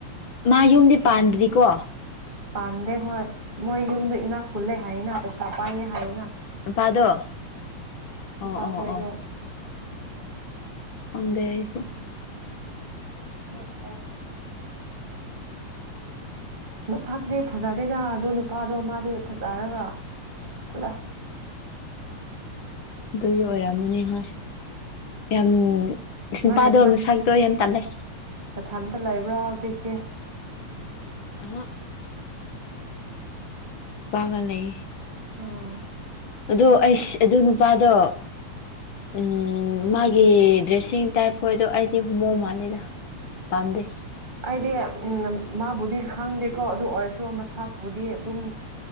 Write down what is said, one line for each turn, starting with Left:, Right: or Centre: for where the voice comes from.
Left: ꯃꯥ ꯌꯨꯝꯗꯤ ꯄꯥꯟꯗ꯭ꯔꯤꯀꯣ
Right: ꯄꯥꯟꯗꯦ ꯍꯣꯏ ꯃꯣꯏ ꯌꯨꯝꯗ ꯏꯅꯥ ꯈꯨꯜꯂꯦ ꯍꯥꯏꯅ ꯄꯩꯁꯥ ꯄꯥꯏꯌꯦ ꯍꯥꯏꯅ
Left: ꯄꯥꯥꯗꯣ
Right: ꯅꯨꯄꯥꯈꯣꯏꯗꯣ
Left: ꯑꯣ ꯑꯣ ꯑꯣ ꯍꯗꯦꯁꯨ
Right: ꯍ ꯄꯔ <inaudible> ꯃꯁꯛꯇꯤ ꯐꯖꯗꯦꯗ ꯑꯗꯨ ꯅꯨꯄꯥꯗꯣ ꯃꯥꯗꯤ ꯃꯊꯠꯗꯥꯔꯒꯂꯥꯏ
Left: ꯑꯗꯨꯒꯤ ꯑꯣꯏꯔꯝꯃꯅꯤ ꯍꯣꯏ ꯌꯥꯝ ꯅꯨꯄꯥꯗꯣ
Right: ꯅꯪꯅ
Left: ꯃꯁꯛꯇꯣ ꯌꯥꯝ ꯇꯜꯂꯦ
Right: ꯊꯟꯇ ꯂꯩꯕ꯭ꯔꯥ ꯍꯧꯖꯤꯛꯇꯤ ꯗꯤ
Left: ꯑꯍ ꯄꯥꯒ ꯂꯩ
Right: ꯑꯥ
Left: ꯑꯗꯣ ꯑꯩꯁ ꯑꯗꯨ ꯅꯨꯄꯥꯗꯣ ꯎꯝ ꯃꯥꯒꯤ ꯗ꯭ꯔꯦꯁꯤꯡ ꯇꯥꯏꯞ ꯍꯣꯏꯗꯣ ꯑꯩꯗꯤ ꯍꯨꯃꯧ ꯃꯥꯜꯂꯦꯗ ꯄꯥꯝꯗꯦ
Right: ꯑꯩꯗꯤ ꯎꯝ ꯃꯥꯕꯨꯗꯤ ꯈꯪꯗꯦꯀꯣ ꯑꯗꯨ ꯑꯣꯏꯔꯁꯨ ꯃꯁꯄꯨꯗꯤ ꯑꯗꯨꯝ